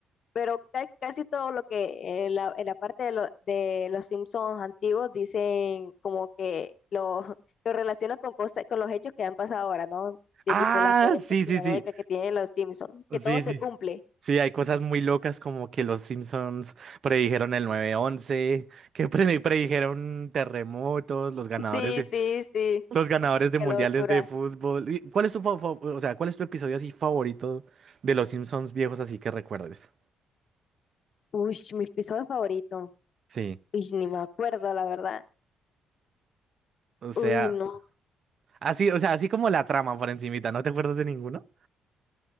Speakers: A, on the left; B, on the right.
A: pero ca- casi todo lo que en la, en la parte de, lo- de los Simpsons antiguos dicen como que lo, <laughs> lo relacionan con cosas, con los hechos que han pasado ahora, ¿no? De
B: Ah,
A: tipo las teorías
B: sí,
A: conspiranoicas
B: sí, sí,
A: que tienen los Simpsons, que todo
B: sí,
A: se
B: sí.
A: cumple.
B: Sí, hay cosas muy locas como que los Simpsons predijeron el nueve once que pre- predijeron terremotos, los
A: <laughs>
B: ganadores
A: Sí,
B: de...
A: sí, sí,
B: Los ganadores de
A: qué
B: mundiales
A: locura.
B: de fútbol. ¿Y ¿Cuál es tu, fa- fa- o sea, cuál es tu episodio así favorito de los Simpsons viejos así que recuerdes?
A: Uy, mi episodio favorito.
B: Sí.
A: Uy, ni me acuerdo, la verdad.
B: O sea,
A: Uy, no.
B: así, o sea, así como la trama por encimita, ¿no te acuerdas de ninguno?